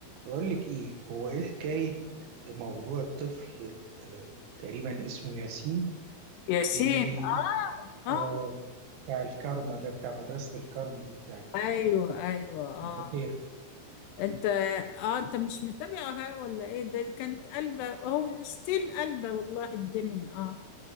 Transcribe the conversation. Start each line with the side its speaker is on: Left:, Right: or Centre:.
Right: بقول لك ايه هو ايه حكاية موضوع الطفل آه تقريبا اسمه ياسين
Left: ياسين
Right: اللي
Left: اه
Right: آه
Left: اه
Right: بتاع الكارما ده بتاع مدرسة الكارما دي بتاعت
Left: ايوه
Right: آه،
Left: ايوه اه
Right: البحيرة
Left: انت اه انت مش متابعها ولا ايه ده كانت قلبة هو ستيل قلبة والله الدنيا اه